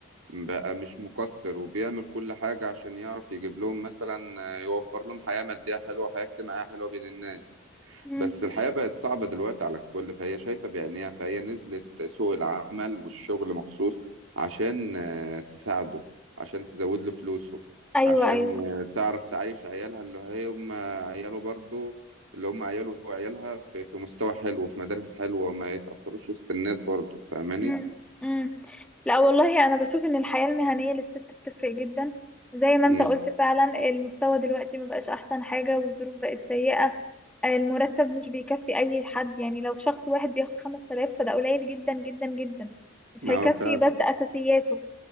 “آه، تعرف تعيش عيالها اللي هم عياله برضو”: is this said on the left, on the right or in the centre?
Right